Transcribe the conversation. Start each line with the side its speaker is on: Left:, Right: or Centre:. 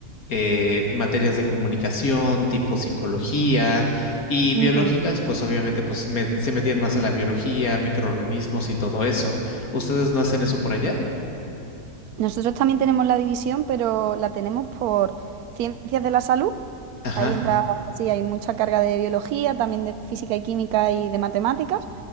Left: eh, materias de comunicación, tipo psicología y
Right: Ujú.
Left: biológicas, pues obviamente pues me- se metían más a la biología, microorganismos y todo eso. ¿Ustedes no hacen eso por allá?
Right: Nosotros también tenemos la división, pero la tenemos por ciencias de la salud.
Left: Ajá.
Right: Ahí entra, sí, hay mucha carga de biología, también de física y química y de matemáticas.